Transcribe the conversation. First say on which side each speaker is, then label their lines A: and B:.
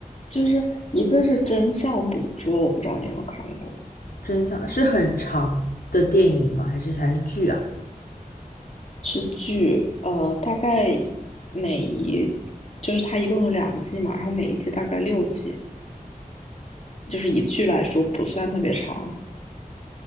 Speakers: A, on the left; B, on the left.
A: 就是一个是真相捕捉，我不知道你有没有看过，
B: 真相是很长的电影吗？还是还是剧啊？
A: 是剧，呃，大概每一就是它一共有两季嘛，然后每一季大概六集，就是以剧来说不算特别长。